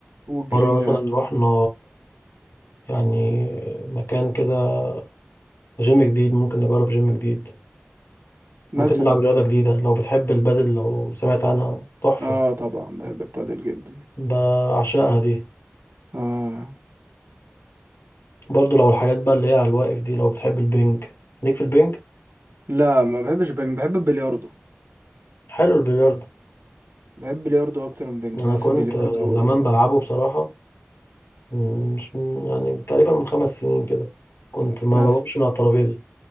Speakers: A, on the right; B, on the left.
A: وجرينا
B: مره مثلا رحنا يعني مكان كده جيم جديد ممكن نجرب جيم جديد
A: مثلا
B: ممكن نلعب رياضه جديده لو بتحب البادل لو سمعت عنها تحفه
A: اه طبعا بحب البادل جدا
B: بعشقها دي
A: اه
B: برضو لو الحاجات بقى اللي هي على الواقف دي لو بتحب البنج ليك في البنج
A: لا ما بحبش بنج بحب البلياردو
B: حلو البلياردو
A: بحب البلياردو اكتر من بنج
B: انا
A: بحس
B: كنت
A: البلياردو
B: آه، زمان بلعبه بصراحه مم، مش من- يعني تقريبا من خمس سنين كده كنت ما
A: مثلا
B: بقومش من على الترابيزه